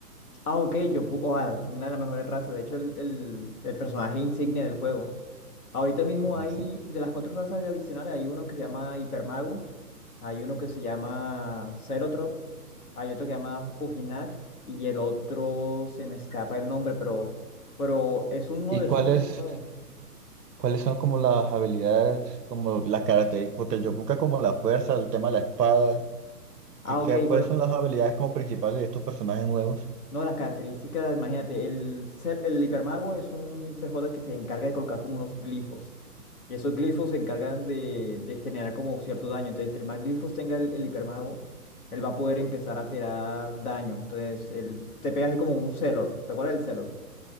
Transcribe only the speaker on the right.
Así.
¿Y
cuáles,
cuáles son como las habilidades, como las características? Porque el Yopuka como la fuerza, el tema de la espada.
¿Qué,
qué- cuáles
son las habilidades como principales de estos personajes nuevos?